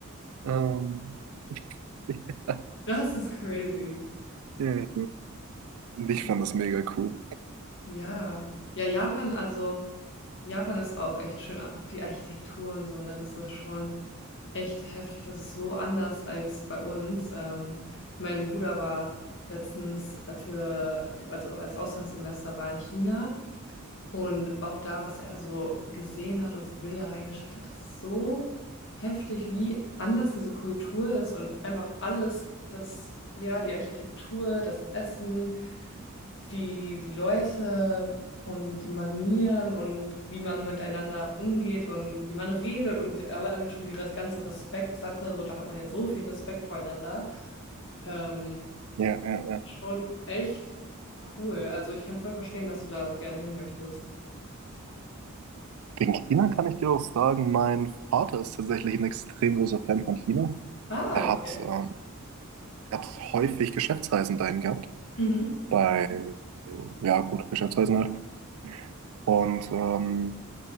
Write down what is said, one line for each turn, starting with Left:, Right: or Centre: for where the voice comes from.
Right: Ähm, <laughs>
Left: Das ist crazy.
Right: ja, ja. ich
Left: Cool.
Right: fand das mega cool.
Left: Ja. Ja, Japan, also. Japan ist auch echt schön, auch die Architektur und so, ne? Das ist schon echt heftig. Das ist so anders als bei uns. Ähm, mein Bruder war letztens äh, für, also als Auslandssemester war in China und auch da, was er so gesehen hat und für Bilder reingeschickt hat, das ist so heftig, wie anders diese Kultur ist und einfach alles, das, ja, die Architektur, das Essen, die, die Leute und die Manieren und wie man miteinander umgeht und wie man redet und allein schon die res- ganze Respektsache, so da hat man ja so viel Respekt voreinander. Ähm,
Right: Ja, ja, ja.
Left: schon echt cool. Also ich kann voll verstehen, dass du da so gerne hin möchtest.
Right: Wegen China kann ich dir auch sagen, mein Vater ist tatsächlich ein extrem großer Fan von China.
Left: Ah,
Right: Er
Left: okay.
Right: hat, ähm, er hat häufig Geschäftsreisen dahin gehabt,
Left: Mhm.
Right: bei, ja gut, Geschäftsreisen halt. Und ähm,